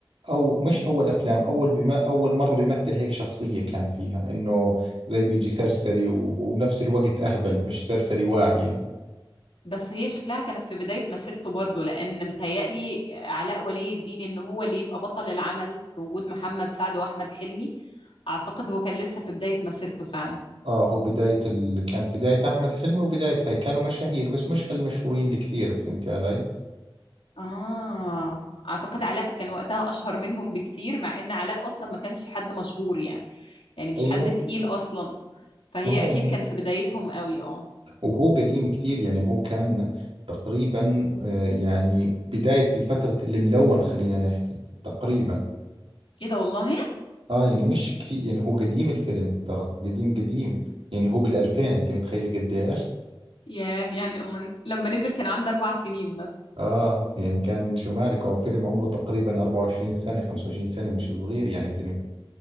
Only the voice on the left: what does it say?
بس هي شكلها كانت في بدايه مسيرته برضه لان بتهيألي علاء ولي الدين ان هو اللي يبقى بطل العمل في وجود محمد سعد واحمد حلمي اعتقد هو كان لسه في بدايه مسيرته فعلا
آه أعتقد علاء كان وقتها أشهر منهم بكتير مع إن علاء أصلا ما كانش حد مشهور يعني يعني مش
حد تقيل أصلا فهي
أكيد كان في بدايتهم قوي اه
إيه ده والله
ياه يعني لما لما نزل كان عنده أربع سنين مثلا